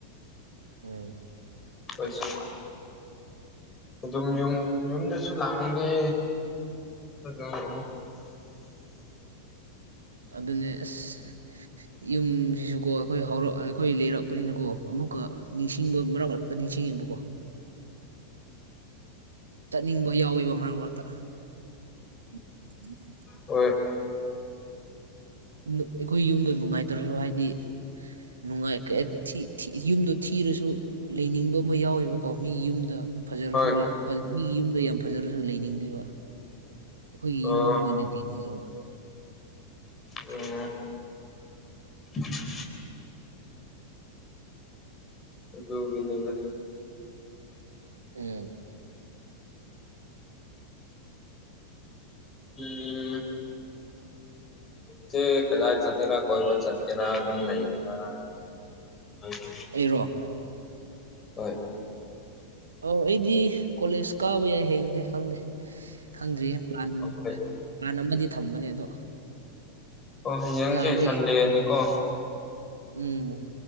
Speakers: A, on the right; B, on the left.
A: ꯎ
B: ꯀꯣꯏꯁꯨ ꯑꯗꯨꯝ ꯌ ꯌꯨꯝꯗꯁꯨ ꯂꯥꯛꯅꯤꯡꯉꯦ ꯑꯗꯨꯦ
A: ꯑꯗꯨꯅꯦ ꯑꯁ ꯌꯨꯝꯁꯤꯁꯨꯀꯣ ꯑꯩꯈꯣꯏ ꯍꯧꯔꯛ ꯑꯩꯈꯣꯏ ꯂꯩꯔꯛꯄꯅꯤꯅꯀꯣ ꯑꯃꯨꯛꯀ ꯅꯤꯡꯁꯤꯡꯕ ꯃꯔꯛ ꯃꯔꯛꯇ ꯅꯤꯡꯁꯤꯡꯉꯦꯕꯀꯣ ꯆꯠꯅꯤꯡꯕ ꯌꯥꯎꯋꯦꯕ ꯃꯔꯛ ꯃꯔꯛꯇ ꯑꯗꯨ
B: ꯍꯣꯏ
A: ꯅꯨ ꯑꯩꯈꯣꯏ ꯌꯨꯝꯗꯣ ꯅꯨꯡꯉꯥꯏꯇ꯭ꯔꯁꯨ ꯍꯥꯏꯗꯤ ꯅꯨꯡꯉꯥꯏꯀꯦ ꯊꯤ ꯊꯤ ꯌꯨꯝꯗꯣ ꯊꯤꯔꯁꯨ ꯂꯩꯅꯤꯡꯕ ꯑꯃ ꯌꯥꯎꯋꯦꯕꯀꯣ ꯃꯤꯒꯤ ꯌꯨꯝꯗ ꯐꯖꯔꯁꯨ
B: ꯍꯣꯏ
A: ꯂꯩ ꯐꯖ ꯃꯤꯒꯤ ꯌꯨꯝꯗꯣ ꯌꯥꯝ ꯐꯖꯔꯁꯨ ꯂꯩꯅꯤꯡꯗꯦꯕ ꯑꯩꯈꯣꯏꯒꯤ
B: ꯑꯣ
A: ꯌꯨꯝꯗ ꯑꯣꯏꯅ ꯂꯩꯅꯤꯡꯉꯦꯕ
B: ꯑꯣ <unintelligible> ꯗꯣꯒꯤꯅꯨꯗ
A: ꯎꯝ
B: ꯎꯝ ꯈꯦꯦ ꯀꯗꯥ ꯆꯊꯔ ꯀꯣꯏꯕ ꯆꯠꯀꯦꯔ ꯑꯗꯨꯝ ꯂꯩꯒꯗ ꯍꯥꯏꯣ
A: ꯑꯦꯔꯣ
B: ꯍꯣꯏ
A: ꯑꯣ ꯑꯩꯗꯤ ꯀꯣꯂꯦꯖ ꯀꯥꯕ ꯌꯥꯏ ꯍꯌꯦꯁꯦ ꯈꯪꯗꯦ ꯈꯪꯗ꯭ꯔꯤꯌꯦ ꯄ꯭ꯂꯥꯟ
B: ꯍꯣꯏ
A: ꯂꯅ ꯑꯃꯗꯤ ꯊꯝꯕꯅꯦ ꯑꯗꯣ
B: ꯑꯣ ꯍ ꯌꯦꯥꯡꯁꯦ
A: ꯌꯥꯕ꯭ꯔꯥ
B: ꯁꯟꯗꯦꯅꯤꯀꯣ
A: ꯌꯦꯡ ꯎꯝ